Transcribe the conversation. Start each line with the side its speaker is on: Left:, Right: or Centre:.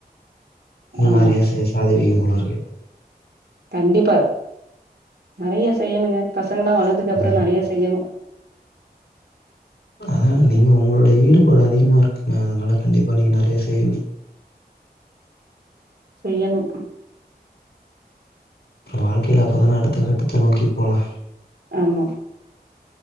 Left: இன்னு
Right: ஆமா
Left: நெறையா செ சாதிப்பிங்க போலருக்கு
Right: கண்டிப்பா நெறைய செய்யணுங்க பசங்கலா வளந்துக்கு அப்றோ
Left: ம்
Right: நெறைய செய்யணு
Left: ஆ நீங்க ஒங்களோட ஈடுபாடு அதிகமா இருக்குங்க அதுனால கண்டிப்பா நீங்க நெறைய செய்வீங்க
Right: செய்யனு
Left: வாழ்கையில அப்பதான அடுத்த கட்டத்த நோக்கி போலா
Right: ஆமா